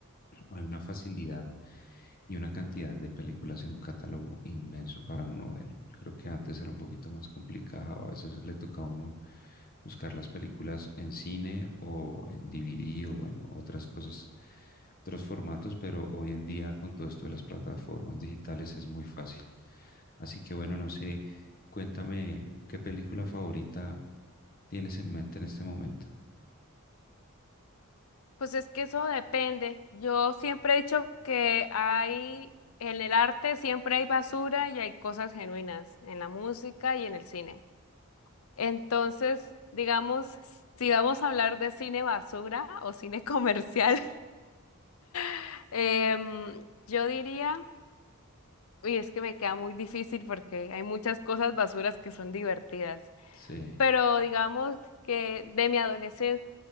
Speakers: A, on the left (about 45°); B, on the left (about 75°).
A: hay una facilidad y una cantidad de películas en un catálogo inmenso para uno ver. Yo creo que antes era un poquito más complicado, a veces le tocaba a uno buscar las películas en cine o en DVD o en otras cosas, otros formatos, pero hoy en día con todo esto de las plataformas digitales es muy fácil. Así que bueno, no sé, cuéntame qué película favorita tienes en mente en este momento.
B: Pues es que eso depende. Yo siempre he dicho que hay, en el arte siempre hay basura y hay cosas genuinas, en la música y en el cine. Entonces, digamos, si vamos a hablar de cine basura o cine comercial, <laughs> em, yo diría... Uy, es que me queda muy difícil porque hay muchas cosas basuras que son divertidas.
A: Sí.
B: Pero digamos que de mi adolescencia